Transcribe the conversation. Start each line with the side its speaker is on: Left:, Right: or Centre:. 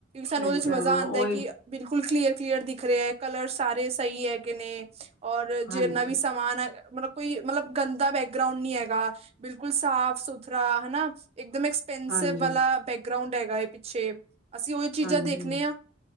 Right: ਸਾਨੂੰ
Left: ਸਹੀ
Right: ਉਦੇ
Left: ਕਹਿ
Right: ਚ ਮਜ਼ਾ
Left: ਰਹੇ ਹੋ
Right: ਆਂਦਾ
Left: ਉਹੀ
Right: ਏ ਕਿ ਬਿਲਕੁਲ ਕਲੀਅਰ -ਕਲੀਅਰ ਦਿਖ ਰੇਆ ਏ, ਕਲਰ ਸਾਰੇ ਸਹੀ ਹੈਗੇ ਨੇ। ਔਰ
Left: ਹਾਂਜੀ
Right: ਜਿੰਨਾ ਵੀ ਸਮਾਨ ਐ, ਮਤਲਬ ਕੋਈ ਮਤਲਬ ਗੰਦਾ ਬੈਗਰਾਉਂਡ ਨੀ ਹੈਗਾ, ਬਿਲਕੁਲ ਸਾਫ- ਸੁਥਰਾ ਹਨਾ, ਏਕਦਮ ਐਕਸਪੈਂਸਿਵ
Left: ਹਾਂਜੀ
Right: ਵਾਲਾ ਬੈਗਰਾਉਂਡ ਹੈਗਾ ਏ ਪਿੱਛੇ। ਅਸੀਂ ਓਈ ਚੀਜ਼ਾਂ
Left: ਹਾਂਜੀ
Right: ਦੇਖਨੇ ਆ।